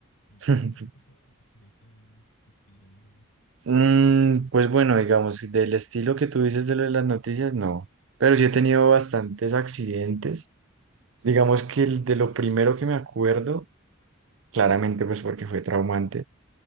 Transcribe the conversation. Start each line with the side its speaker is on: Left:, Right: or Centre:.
Left: ¿Y tú
Right: <laughs>
Left: no te ha pasado algo de ese estilo, índole?
Right: Mm, pues bueno, digamos, del estilo que tú dices de lo de las noticias, no. Pero sí he tenido bastantes accidentes. Digamos que el de lo primero que me acuerdo, claramente pues porque fue traumante,